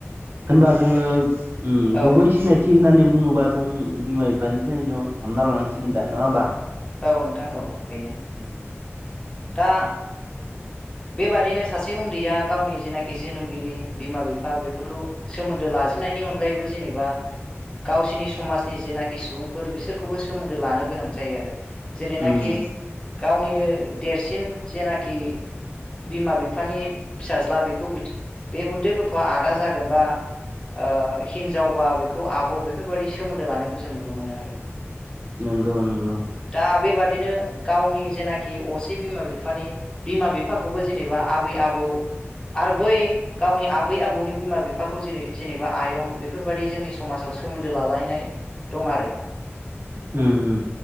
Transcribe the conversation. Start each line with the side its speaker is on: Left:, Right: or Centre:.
Right: होनबा जोङो ओम
Left: औ
Right: गुबै सिनायथि होननानै बुङोबा जों बिमा बिफानिफ्रायनो हमना लानांसिगोन दा नङा होमबा
Left: औ नोंथां औ बेनो
Right: उम।
Left: दा बेबादिनो सासे उन्दैया गावनि जेनाखि जोनोमगिरि बिमा बिफा बेफोरखौ सोमोन्दो ला जेननायनि अनगायैबो जेनेबा गावसोरनि समाजनि जेनाखि सुबुंफोर बिसोरखौबो सोमोन्दो लानो गोनां जायो आरो जेरैनाखि
Right: उम
Left: गावनिनो देरसिन जेनाखि बिमा बिफानि फिसाज्ला बेखौ बे उन्दै गथ'वा आदा जागोन बा ओ हिनजावबा बेखौ आब' बेफोरबायदि सोमोन्दो लानायखौ जों नुनो मोनो आरो
Right: नंगौ नंगौ
Left: दा बेबादिनो गावनि जेनाखि असे बिमा बिफानि बिमा बि फाखौबो जेनेबा आबै आबौ आरो बै गावनि आबै आबौनि बिमा बि। फाखौ जेरै जेनेबा आयं बेफोरबायदि जोंनि समाजाव सोमोन्दो लालायनाय दं आरो।
Right: ओम ओम।